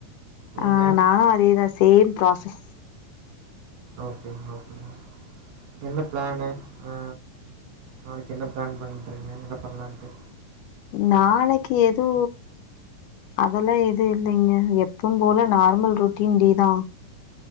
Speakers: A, on the right; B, on the left.
A: நீங்க
B: ஆ நானு அதேதா சேம் ப்ராசஸ்
A: ஓகேங் ஓகேங்க என்ன பிளானு ஆ நாளைக்கு என்ன பிளான் பண்றீங்க என்ன பண்ணலான்ட்டு
B: நாளைக்கு எது அதெல்லா எது இல்லைங்க எப்பம்போல நார்மல் ரொட்டீன் டே தா